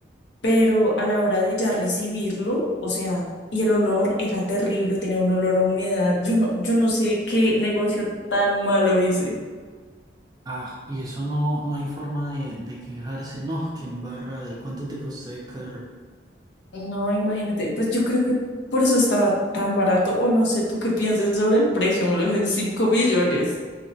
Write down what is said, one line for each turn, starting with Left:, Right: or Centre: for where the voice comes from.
Left: pero a la hora de ya recibirlo, o sea, y el olor era terrible, tenía un olor a humedad. Yo no, yo no sé qué negocio tan malo hice.
Right: Ah, y eso no, no hay forma de, de quejarse. No, qué embarrada. ¿Y cuánto te costó de carro?
Left: No, imagínate, pues yo creo que por eso estaba tan barato, o no sé tú qué piensas sobre el precio, me lo dejó en 5 billones.